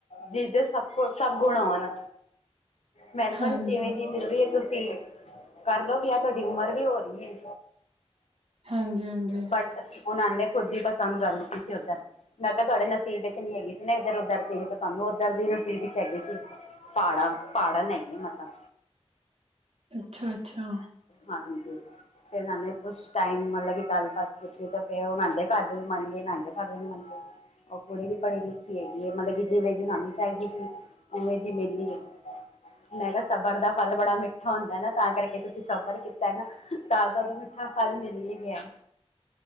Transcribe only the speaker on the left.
ਜਿਹਦੇ ਸਭ ਕੁ ਸਭ ਗੁਣ ਹੋਣ ਮੈਨੂੰ ਕੋਹਣ
ਜਿਵੇਂ ਮਿਲਦੀ ਹੈ ਤੁਸੀਂ ਕਰਲੋ ਵੀ ਆ ਤੁਹਾਡੀ ਉਮਰ ਵੀ ਹੋ ਰਹੀ ਹੈ
ਬਟ ਉਹਨਾਂ ਨੇ ਖੁਦ ਹੀ ਪਸੰਦ ਕਰ ਲਿਤੀ ਸੀ ਉੱਧਰ ਮੈਂ ਕਿਹਾ ਤੁਹਾਡੇ ਨਸੀਬ ਵਿਚ ਨੀ ਹੈਗੀ ਸੀ ਨਾ ਇੱਧਰ ਉਧਰ ਦੀ ਹੀ ਤੇ ਤੁਹਾਨੂੰ ਉੱਧਰ ਦੀ ਨਸੀਬ ਵਿੱਚ ਹੈਗੀ ਸੀ ਪਾੜਾਂ ਪਹਾੜਨ ਹੈਗੀ ਮਤਲਬ
ਹਾਂਜੀ ਫੇਰ ਏਹਨਾ ਨੇ ਕੁਛ ਟਾਈਮ ਮਤਲਬ ਕਿ ਗੱਲਬਾਤ ਕੀਤੀ, ਤੇ ਫੇਰ ਓਹ ਨਾਦੇ ਘਰ ਦੇ ਵੀ ਮੰਨ ਗਏ, ਇਹ ਨਾਦੇ ਘਰ ਦੇ ਵੀ ਮੰਨ ਗਏ। ਓਹ ਕੁੜੀ ਵੀ ਪੜੀ ਲਿਖੀ ਹੈਗੀ ਏ, ਮਤਲਬ ਕਿ ਜਿਵੇਂ ਜਿਨਾਨੂ ਚਾਹੀਦੀ ਸੀ। ਉਵੇਂ ਜੀ ਮਿੱਲੀ ਏ, ਮੈਂ ਕੇਹਾ ਸਬਰ ਦਾ ਫਲ ਬੜਾ ਮਿੱਠਾ ਹੁੰਦਾ ਹੈ ਨਾ ਤਾਂ ਕਰਕੇ ਤੁਸੀਂ ਸਬਰ ਕੀਤੈ ਨਾ ਤਾਂ ਤੁਹਾਨੂ ਮਿੱਠਾ ਫਲ ਮਿਲ ਵੀ ਗਿਆ।